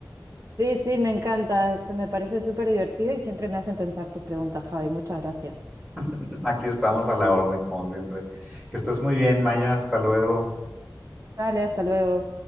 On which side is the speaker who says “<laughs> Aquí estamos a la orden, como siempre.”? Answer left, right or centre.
Right